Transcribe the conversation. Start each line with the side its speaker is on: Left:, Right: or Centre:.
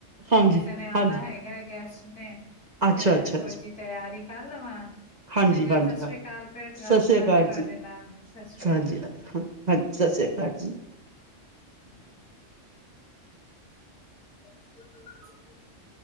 Right: ਹਾਂਜੀ,
Left: ਕਿਸੇ ਨੇ ਆਉਣਾ
Right: ਹਾਂਜੀ,
Left: ਹੈਗਾ ਹੈ ਗੈਸਟ ਨੇ,
Right: ਅੱਛਾ,
Left: ਤੇ ਮੈਂ
Right: ਅੱਛਾ,
Left: ਥੋੜ੍ਹੀ
Right: ਅੱਛਾ,
Left: ਜਿਹੀ ਤਿਆਰੀ ਕਰ ਲਵਾਂ।
Right: ਹਾਂਜੀ,
Left: ਚੰਗਾ
Right: ਹਾਂਜੀ,
Left: ਸਤਿ ਸ੍ਰੀ
Right: ਹਾਂ।
Left: ਅਕਾਲ, ਫੇਰ ਗੱਲ
Right: ਸਤਿ ਸ੍ਰੀ
Left: ਕਰਾਂਗੇ
Right: ਅਕਾਲ
Left: ਤੁਹਾਡੇ
Right: ਜੀ,
Left: ਨਾਲ, ਸ੍ਰੀ
Right: ਹਾਂਜੀ,
Left: ਅਕਾਲ
Right: ਹਾਂ ਸਤਿ ਸ੍ਰੀ ਅਕਾਲ ਜੀ।
Left: <inaudible> <unintelligible>